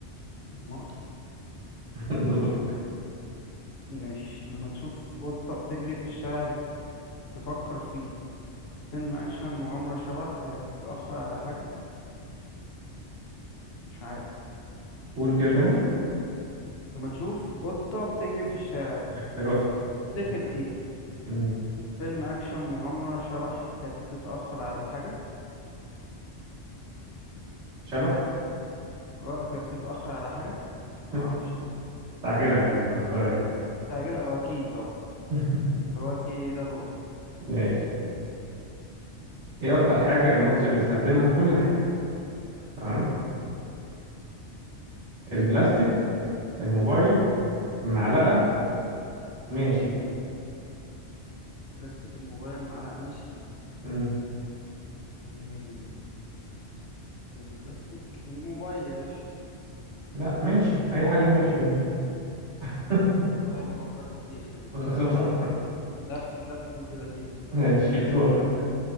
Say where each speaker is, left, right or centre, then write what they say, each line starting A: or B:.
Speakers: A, on the left (about 65°); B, on the right (about 85°).
A: امال
B: <laughs> دورك
A: مش لما تشوف قطة بتجري في الشارع تف- تفكر فيه فيلم اكشن مغامرة شبح هي بتتأخر على حاجة مش عارف
B: قول كده
A: شوف
B: تاني
A: انت بقى. لما تشوف قطة بتجري في الشارع
B: الاختيارات
A: تفتكر
B: الاختيارات.
A: ايه
B: مم.
A: فيلم اكشن مغامرة شبح هي بتتأخر على حاجة
B: شبح
A: غلط هي بتتأخر على حاجة معرفش
B: <laughs> مستعجلة يعني متأخرة يعني
A: مستعجلة أو أكيد طب
B: <laughs>
A: دلوقتي ده دور
B: ماشي ايه أكتر حاجة المصري بيستخدمها في كل حاجة تمام
A: مم.
B: البلاستيك الموبايل معلقة ماشي
A: بلاستيك الموبايل معلقة ماشي
B: مم.
A: مم. البلاستيك الموبايل يا باشا
B: لا ماشي أي حاجة ماشي ماشي ماشي <laughs>
A: والله ما فكرت فيها دي
B: غلط
A: لفة لفة بنت لذينة
B: ماشي دورك